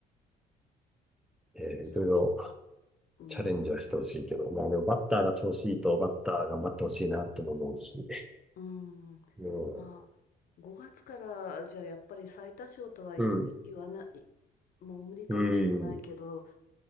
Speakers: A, in the centre; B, on the left.
A: えーいろいろ
B: そう。うん。
A: チャレンジはしてほしいけど、まあでもバッターが調子いいとバッター頑張ってほしいなとも思うし。ね
B: うん。
A: え
B: まあ、5月からじゃあやっぱり最多勝とはい言わない、
A: うん、
B: もう無理かもしれないけど、
A: うん、